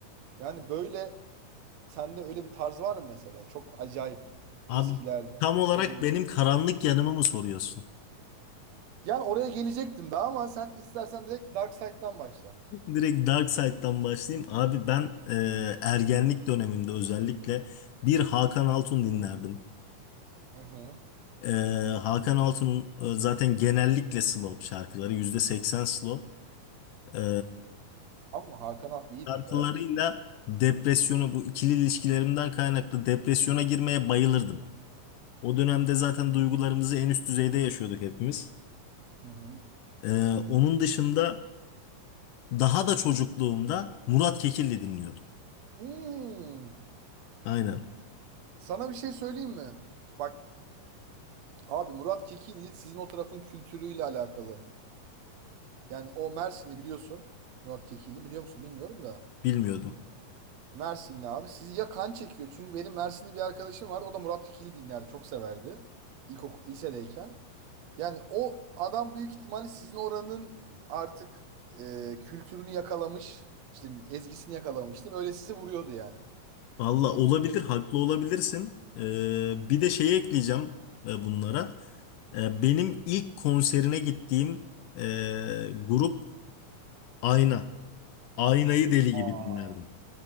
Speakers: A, on the right; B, on the left.
A: Yani böyle sende öyle bir tarz var mı mesela? Çok acayip
B: Abi
A: eskilerde
B: tam olarak
A: bilim.
B: benim karanlık yanımı mı soruyorsun?
A: Yani oraya gelecektim daha ama sen istersen direkt Dark Side'dan başla.
B: <laughs> Direkt Dark Side'dan başlayayım. Abi ben e, ergenlik dönemimde özellikle bir Hakan Altun dinlerdim.
A: Hı hı.
B: E, Hakan Altun'un e, zaten genellikle slow şarkıları %80 slow. E,
A: Ama Hakan Alt iyidir
B: şarkılarıyla
A: be.
B: depresyona bu ikili ilişkilerimden kaynaklı depresyona girmeye bayılırdım. O dönemde zaten duygularımızı en üst düzeyde yaşıyorduk hepimiz.
A: Hı hı.
B: E, onun dışında Daha da çocukluğumda Murat Kekilli dinliyordum.
A: Hmm.
B: Aynen.
A: Sana bir şey söyleyeyim mi? Bak Abi Murat Kekilli sizin o tarafın kültürüyle alakalı. Yani o Mersinli biliyorsun. Murat Kekilli biliyor musun bilmiyorum da.
B: Bilmiyordum.
A: Mersinli abi. Sizi ya kan çekiyor. Çünkü benim Mersinli bir arkadaşım var. O da Murat Kekilli dinlerdi. Çok severdi. İlkokul, lisedeyken. Yani o adam büyük ihtimalle sizin oranın artık e, kültürünü yakalamış. işte ezgisini yakalamış değil mi? Öyle sizi vuruyordu yani.
B: Valla olabilir, haklı olabilirsin. Ee, bir de şey ekleyeceğim e, bunlara. Ee, benim ilk konserine gittiğim e, grup Ayna. Aynayı deli
A: Aa.
B: gibi dinlerdim.